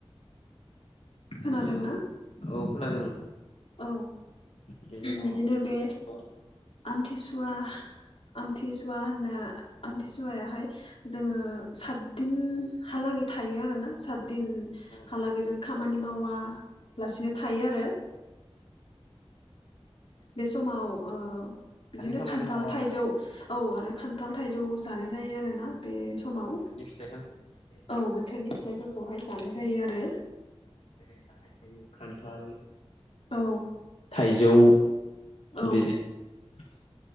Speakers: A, on the left; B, on the left.
A: खोनादोंना
B: बिनि उनाव औ खोनादों
A: औ
B: बेनि उनाव
A: बिदिनो
B: आमथिसुवायावथ'
A: बे
B: औ
A: आमथिसुवा आमथिसुवा होनना आमथिसुवायाहाय जोङो सातदिनहालागै थायो आरो ना सा दिनहाालागैजों
B: फोथारनि
A: खामानि मावालासिनो थायो आरो बे समाव बिदिनो
B: खामानि
A: खान्थाल
B: मावा
A: थाइजौ
B: आरोना
A: औ आरो खान्थाल थाइजौ जानाय जायो आरो ना बे
B: औ
A: समाव
B: बोथोरनि
A: औ
B: फिथाइ सामथाइ जानाय जायो
A: बोथोरनि फिथाइफोरखौहाय जानाय जायो आरो
B: जेरै दाहाय थायो खान्थाल
A: औ
B: थाइजौ
A: औ
B: बिदिनो